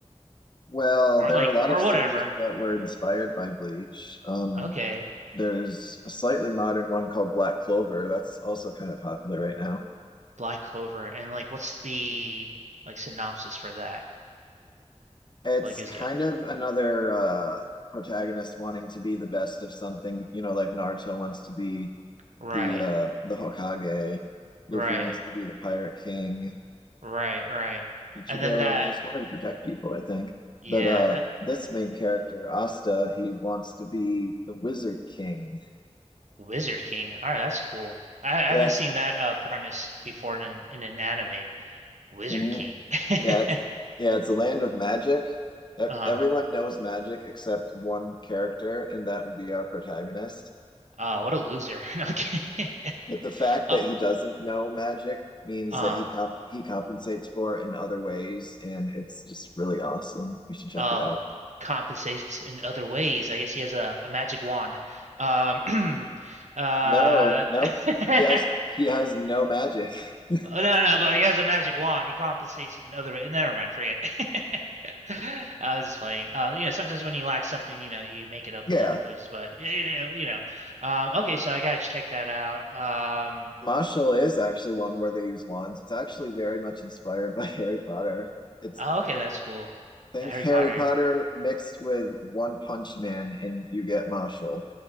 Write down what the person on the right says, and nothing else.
or
like
or
whatever.
Okay,
Black Clover, and like, what's the like synopsis for that?
Like, is
that
right,
right,
right, right?
And then that,
yeah.
Wizard King. All right, that's cool. I, I
haven't
seen that uh premise before in an, in an anime. Wizard
King. <laughs>
Uh,
uh, what a loser. <laughs> Okay. <laughs>
Uh,
uh,
uh,
compensates in other ways. I guess he has a, a magic wand. Um, <clears throat> uh,
<laughs>
Oh, no, no, but he has a magic wand. He compensates in other ways. Never mind, forget. <laughs> I was just playing. Uh, you know, sometimes when you lack something, you know, you make it up
in other places. But you know, you know. Um, okay, so I gotta check that out. Um,
oh, okay, that's cool.
Uh, Harry
Potter.